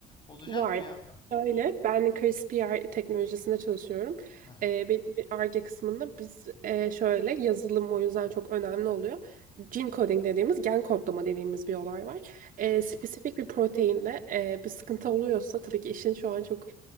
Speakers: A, on the left; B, on the right.
A: olacak
B: Var.
A: mı ya?
B: Öyle. Ben Kriz PR teknolojisinde çalışıyorum.
A: Hı hı.
B: Ee, benim bir Ar-Ge kısmında biz e, şöyle yazılım o yüzden çok önemli oluyor. Gene coding dediğimiz gen kodlama dediğimiz bir olay var. Ee,
A: Hı hı.
B: spesifik bir proteinde e, bir sıkıntı oluyorsa tabii ki işin şu an çok